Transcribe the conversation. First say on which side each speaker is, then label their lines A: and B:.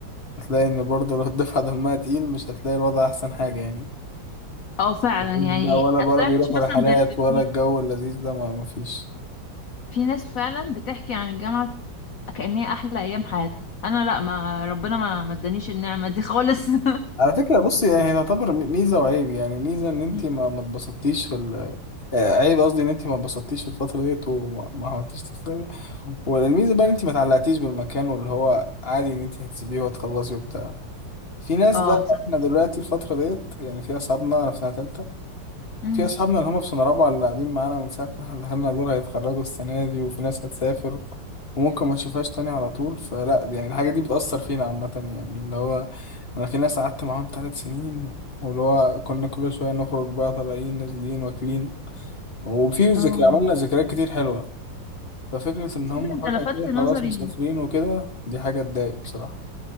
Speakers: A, on the left; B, on the left.
A: هتلاقي إن برضه لو الدفعة دمها تقيل مش هتلاقي الوضع أحسن حاجة يعني
B: اه فعلا
A: تلاقيهم
B: يعني
A: بقى ولا ولا بيروحوا
B: مش مثلا
A: رحلات
B: غير باتنين
A: ولا الجو اللذيذ ده ما ما فيش
B: في ناس فعلا بتحكي عن الجامعة كأنها أحلى أيام حياتها أنا لأ ما ربنا ما ما ادانيش النعمة دي خالص <laughs>
A: على فكرة بصي هي تعتبر ميزة وعيب يعني ميزة إن أنت
B: مم.
A: ما ما اتبسطتيش في ال آه، عيب قصدي إن أنت ما اتبسطتيش في الفترة ديت وما ما عملتيش تسلمي والميزة بقى إن أنت ما تعلقتيش بالمكان واللي هو عادي إن أنت هتسيبيه وهتخلصي وبتاع في ناس
B: اه
A: بقى
B: تصدق
A: إحنا دلوقتي الفترة ديت يعني في أصحابنا أنا في سنة تالتة
B: مم.
A: في أصحابنا اللي هم في سنة رابعة اللي قاعدين معانا من ساعة ما إحنا دخلنا دول هيتخرجوا السنة دي وفي ناس هتسافر وممكن ما نشوفهاش تاني على طول فلا يعني الحاجة دي بتأثر فينا عامة يعني اللي هو انا في ناس قعدت معاهم ثلاث سنين واللي هو كنا كل شويه نخرج بقى طالعين نازلين واكلين وفي ذكرى
B: اه
A: عملنا ذكريات كتير حلوه ففكره ان
B: تصدق
A: هم فجاه
B: انت لفتت
A: كده
B: نظري
A: خلاص مسافرين وكده دي حاجه تضايق بصراحه